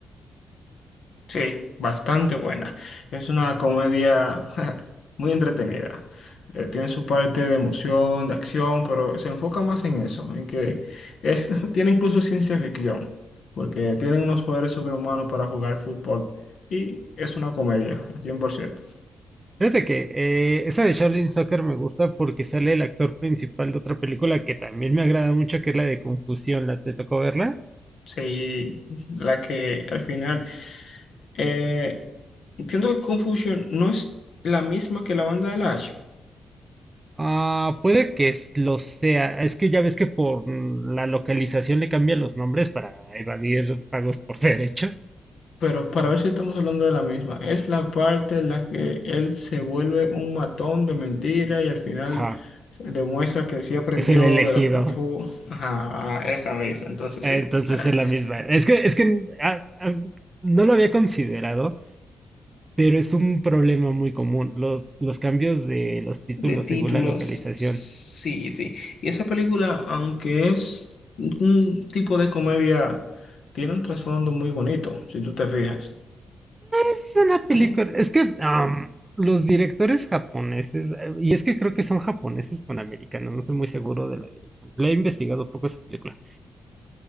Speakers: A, on the left; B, on the right.
A: Sí, bastante buena. Es una comedia <laughs> muy entretenida. Eh, tiene su parte de emoción, de acción, pero se enfoca más en eso, en que eh, <laughs> tiene incluso ciencia ficción, porque tienen unos poderes sobrehumanos para jugar fútbol y es una comedia, al 100%.
B: Fíjate que eh, esa de Shaolin Soccer me gusta porque sale el actor principal de otra película que también me agrada mucho, que es la de Confusión. ¿La te tocó verla?
A: Sí, la que al final... eh, entiendo que Confusion no es la misma que la banda de la
B: Ah, puede que s- lo sea. Es que ya ves que por mm, la localización le cambian los nombres para evadir pagos por <laughs> derechos.
A: Pero para ver si estamos hablando de la misma, es la parte en la que él se vuelve un matón de mentira y al final
B: Ajá.
A: se demuestra que sí aprendió
B: es el elegido.
A: de lo Kung Fu. <laughs> Ajá, esa misma, entonces
B: Eh,
A: sí.
B: Entonces
A: ta-
B: es la misma. Es que, es que ah, ah, no lo había considerado, pero es un problema muy común. Los, los cambios de los títulos
A: De títulos,
B: según la localización.
A: sí, sí. Y esa película, aunque es un tipo de comedia, tiene un trasfondo muy bonito, si tú te fijas.
B: Es una película.
A: Tú-
B: Es que am, los directores japoneses, eh, y es que creo que son japoneses con americanos, no estoy muy seguro de la dirección. La he investigado poco esa película.